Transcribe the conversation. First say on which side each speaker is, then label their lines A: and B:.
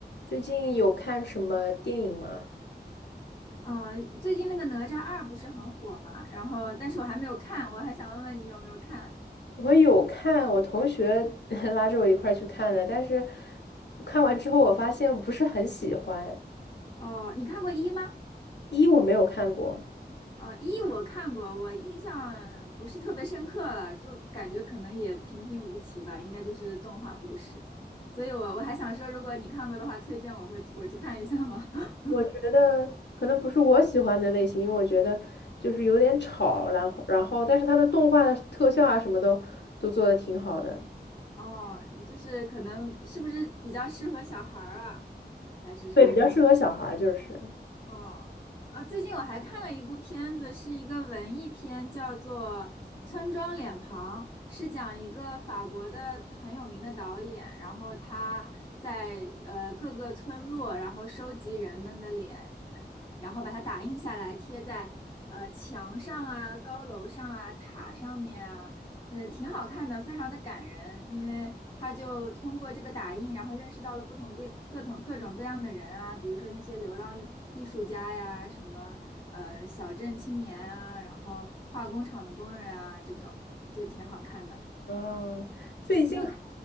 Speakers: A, on the left; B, on the left.
A: 最近有看什么电影吗？
B: 啊，最近那个《哪吒二》不是很火嘛，然后但是我还没有看，我还想问问你有没有看？
A: 我有看，我同学 <laughs> 拉着我一块儿去看的，但是看完之后我发现不是很喜欢。
B: 哦，你看过一吗？
A: 一我没有看过，
B: 啊，一我看过，我印象不是特别深刻了，就感觉可能也平平无奇吧，应该就是动画故事。所以我我还想说，如果你看过的话，推荐我会我去看一下吗？<laughs>
A: 我觉得可能不是我喜欢的类型，因为我觉得就是有点吵，然后然后但是它的动画的特效啊什么都都做的挺好的，
B: 哦，就是可能是不是比较适合小孩儿啊，还是啥？
A: 对，比较适合小孩儿就是。
B: 哦，啊，最近我还看了一部片子，是一个文艺片，叫做《村庄脸庞》，是讲一个法国的很有名的导演，然后他在呃各个村落，然后收集人们的脸，然后把它打印下来，贴在呃墙上啊、高楼上啊、塔上面啊，嗯，挺好看的，非常的感人，因为他就通过这个打印，然后认识到了不同各各种各种各样的人啊，比如说那些流浪艺艺术家呀，什么呃小镇青年啊，然后化工厂的工人啊，这种就挺好看的。
A: 啊，最近。
B: 你有看